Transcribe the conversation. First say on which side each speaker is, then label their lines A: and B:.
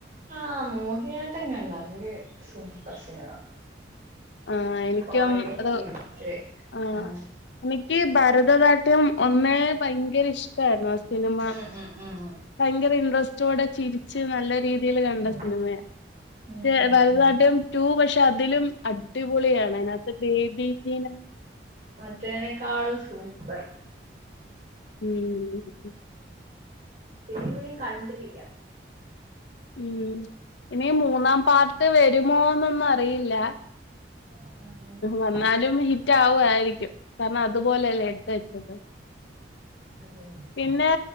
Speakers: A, on the right; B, on the left.
A: ആഹ മോഹിയാട്ടം കണ്ട്. അത് സൂപ്പർ സിനിമ
B: ആഹ് എനിക്കും
A: കൊറേ
B: അത്
A: ചിരിച്ച്
B: ആഹ്
A: ആഹ
B: എനിക്ക് ഭരതനാട്യം ഒന്നേ ഭയങ്കര ഇഷ്ടായിരുന്നു ആ സിനിമ,
A: ഉം ഉം ഉം
B: ഭയങ്കര ഇൻട്രസ്റ്റ് ച്ചോടെ ചിരിച്ച് നല്ല രീതിയിൽ കണ്ട
A: ഉം
B: സിനിമയാണ് പക്ഷെ
A: ഉം ഉം
B: ഭരതനാട്യം
A: ഉം
B: ടു പക്ഷെ അതിലും അടിപൊളിയാണ്, അതിനകത്ത് ബേബിജീൻ
A: മറ്റേനെക്കാളും സൂപ്പർ
B: ഉം
A: പിന്നെയും പിന്നും കണ്ടിരിക്ക
B: ഉം ഇനി മൂന്നാം പാർട്ട് വരുമോന്നൊന്നും അറിയില്ല
A: ആ അങ്ങനെ കണ്ടിരിക്കാം
B: വന്നാലും ഹിറ്റ് ആവുവായിരിക്കും. കാരണം അതുപോലെല്ലേ എടുത്ത വെച്ചത്
A: അതെ അതെ
B: പിന്നെ